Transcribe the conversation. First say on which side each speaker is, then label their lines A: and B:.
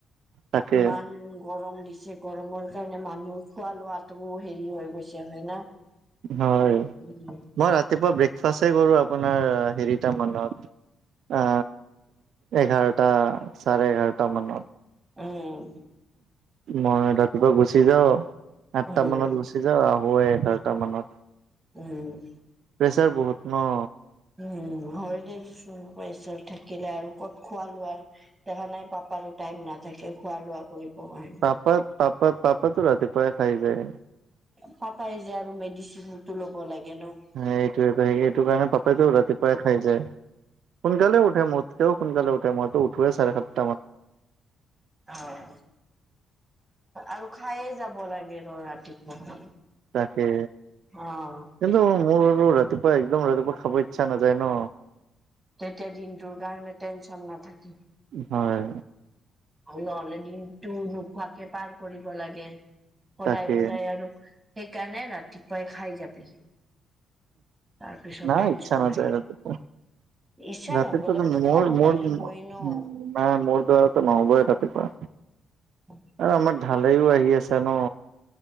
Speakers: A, on the right; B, on the right.
A: তাকে
B: ইমান গৰম দিছে। গৰমৰ কাৰণে মানুহৰ খোৱা লোৱাতটো হেৰি হৈ গৈছে হয় না?
A: হয়
B: উম
A: মই ৰাতিপুৱা ব্ৰেকফাষ্টেই কৰোঁ আপোনাৰ হেৰিটামানত। আ এঘাৰটা চাৰে এঘাৰটা মানত।
B: উম।
A: মই ৰাতিপুৱা গুচি যাওঁ আঠটা
B: উম
A: মানত গুছ- যাওঁ আহো এঘাৰটা মানত।
B: উহ।
A: প্ৰেছাৰ বহুত ন।
B: উম হয় দেচ চোন পাইছ থাকিলে আৰু ক'ত খোৱা লোৱাৰ দেখা নাই পাপাৰো টাইম নাথাকে খোৱা লোৱা কৰিব পাৰি আহি।
A: পাপাত পাপাত পাপাতো ৰাতিপুৱাই খাই যায়।
B: পাপাই যে আৰু মেডিচিনতটো ল'ব লাগে ন।
A: হয় এইটোৱে ত এইটো কাৰণে পাপাইতো ৰাতিপুৱাই খাই যায়। সোনকালে উঠে মোতকেও সোনকালে উঠে মইতো উঠোৱেই চাৰে সাত।
B: হয়। আৰু খায়ে যাব লাগে ৰ ৰাতিপুৱা।
A: তাকে
B: অ
A: কিন্তু মোৰ আৰু ৰাতিপুৱা একদম ৰাতিপুৱা খাব ইচ্ছা নাযায় ন।
B: তেতিয়া দিনটোৰ কাৰণে টেনচন নাথাকে।
A: হয়।
B: অ নহলে দিনটো নোখোৱাকে পাৰ কৰিব লাগে সদায়
A: তাকে
B: সদায় আৰু। সেইকাৰণে ৰাতিপুৱাই খাই যাবি। তাৰপিছত
A: নাই
B: টেনচন
A: ইচ্ছা নাযায়
B: নাই।
A: ৰাতিপুৱা।
B: ইচ্ছা
A: ৰাতিপুৱাটো
B: নগ'লেওতো
A: মোৰ
B: খাব
A: মোৰ
B: লাগিবই ন।
A: উম নাই মোৰ দৰেটো নহবয়ে ৰাতিপুৱা।
B: <inaudible>
A: আৰু আমাৰ ঢালেইও আহি আছে ন,